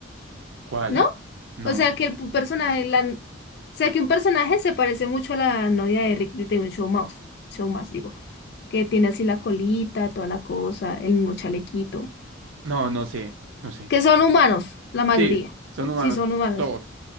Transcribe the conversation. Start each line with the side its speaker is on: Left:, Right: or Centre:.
Right: ¿Cuál?
Left: ¿No?
Right: No,
Left: O sea, que el pu- personaje, la... o sea, que un personaje se parece mucho a la novia de Rick de un show mouse, show mouse, digo, que tiene así la colita, toda la cosa, el mismo chalequito,
Right: no, no sé, no sé.
Left: que son humanos, la mayoría,
Right: Sí, son humanos,
Left: sí, son humanos.
Right: todos.